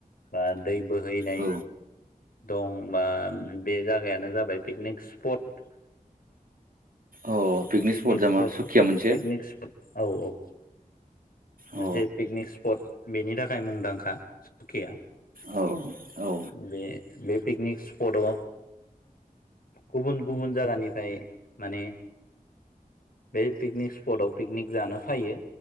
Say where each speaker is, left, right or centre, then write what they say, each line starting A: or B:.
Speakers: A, on the left; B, on the right.
A: बा दै बोहैनाय
B: औ
A: दं बा बे जागायानो जाबाय पिकनिक स्पट
B: औ
A: पिकनिक स्पट
B: जामा सुखिया मोनसे
A: पिकनिक स्पत औ औ मोनसे
B: अ
A: पिकनिक स्पट बेनि थाखाय मुंदांखा सकिया
B: औ औ
A: बे बे पिकनिक स्पटआव गुबुन गुबुन जायगानिफ्राय माने बे पिकनिक स्पटआव पिकनिक जानो फायो।